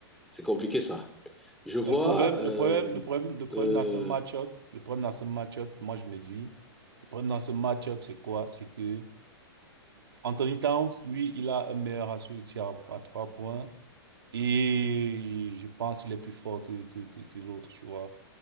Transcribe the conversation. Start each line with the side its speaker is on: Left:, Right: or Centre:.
Centre: c'est compliqué ça. Je vois
Right: Mais le problème,
Centre: euh,
Right: le problème, le problème, le problème
Centre: euh,
Right: dans ce match-up, le problème dans ce match-up, moi je me dis, le problème dans ce match-up, c'est quoi? C'est que Anthony Towns, lui, il a un meilleur ratio de tir à à trois points et je pense qu'il est plus fort que, que, que, que l'autre, tu vois.